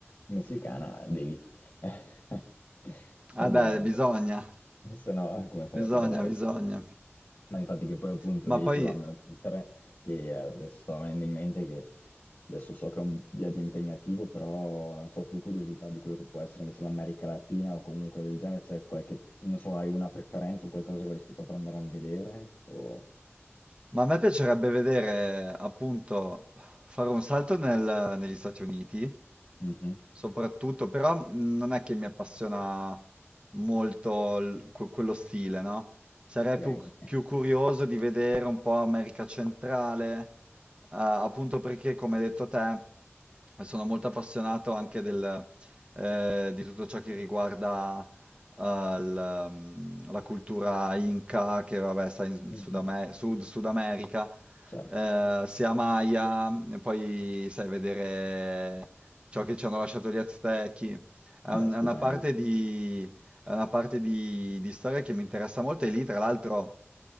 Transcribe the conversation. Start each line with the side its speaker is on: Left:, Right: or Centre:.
Left: messicana, devi. <laughs> Ovviamente.
Right: Ah beh, bisogna,
Left: Se no, come fai
Right: bisogna,
Left: a parlarci?
Right: bisogna.
Left: Ma infatti che poi appunto
Right: Ma
Left: lì
Right: poi,
Left: dovevamo mettere, che eh, adesso stavo venendo in mente che adesso so che è un viaggio impegnativo, però non so, tu curiosità di quello che può essere invece l'America Latina o comunque del genere, c'è qualche, non so, hai una preferenza, qualcosa che vorresti proprio andare a vedere? O...
Right: ma a me piacerebbe vedere, appunto, fare un salto nel- negli Stati Uniti
Left: Mhm.
Right: soprattutto, però mh, non è che mi appassiona molto l- que- quello stile, no? Sarei
Left: Ok,
Right: più, più
Left: <laughs>
Right: curioso di vedere un po' America Centrale, eh, appunto perché, come hai detto te, sono molto appassionato anche del, eh, di tutto ciò che riguarda eh, il, mm, la cultura Inca, che vabbè, sta in
Left: Mhm.
Right: Sud, Ame- Sud- Sud America,
Left: Certo.
Right: eh, sia Maya, e poi sai vedere ciò che ci hanno lasciato gli Aztechi. È,
Left: Vabbè,
Right: un-
Left: stupendo.
Right: è una parte di, è una parte di, di storia che mi interessa molto e lì, tra l'altro,